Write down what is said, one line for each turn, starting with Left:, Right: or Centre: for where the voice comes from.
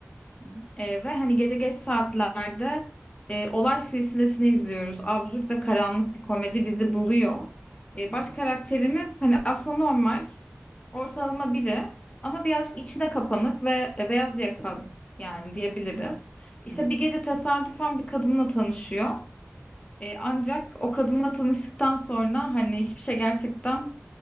Right: Hı
Left: E, ve hani gece geç saatlerde e, olay silsilesini izliyoruz. Absürt ve karanlık bir komedi bizi buluyor. E,
Right: hı,
Left: baş
Right: hı hı,
Left: karakterimiz hani aslında normal, ortalama biri ama birazcık içine kapanık ve e, beyaz yaka yani diyebiliriz. İşte
Right: hı hı,
Left: bir gece tesadüfen bir kadınla tanışıyor. E, ancak o kadınla tanıştıktan sonra hani hiçbir şey gerçekten